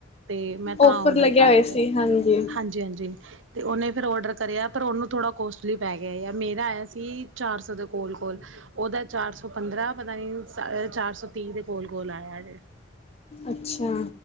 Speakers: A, on the right; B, on the left.
A: ਤੇ ਮੈਂ ਤਾਂ
B: ਔਫਰ
A: ਓਡਰ
B: ਲੱਗਿਆ
A: ਕਰਤਾ
B: ਹੋਇਆ ਸੀ ਹਾਂਜੀ
A: ਹਾਂਜੀ ਹਾਂਜੀ ਤੇ ਉਹਨੇ ਫਿਰ ਓਡਰ ਕਰਿਆ ਪਰ ਉਹਨੂੰ ਥੋੜ੍ਹਾ ਕੋਸਟਲੀ ਪੈ ਗਿਆ ਆ ਮੇਰਾ ਆਇਆ ਸੀ ਚਾਰ ਸੌ ਦੇ ਕੋਲ ਕੋਲ ਉਹਦਾ ਚਾਰ ਸੌ ਪੰਦਰਾਂ ਪਤਾ ਨੀ ਸ ਚਾਰ ਸੌ ਤੀਨ ਦੇ ਕੋਲ ਕੋਲ ਆਇਆ ਐ
B: ਅੱਛਾ